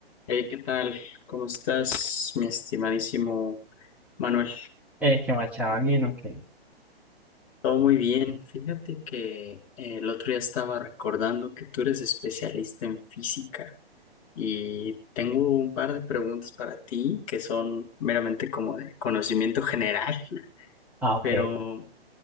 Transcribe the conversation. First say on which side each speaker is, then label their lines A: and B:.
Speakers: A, on the left (about 35°); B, in the centre.
A: Hey, ¿qué tal? ¿Cómo estás, mi estimadísimo Manuel?
B: Eh, que machaba bien, ok.
A: Todo muy bien. Fíjate que eh, el otro día estaba recordando que tú eres especialista en física y tengo un par de preguntas para ti que son meramente como de conocimiento general, <laughs>
B: Ah, ok.
A: pero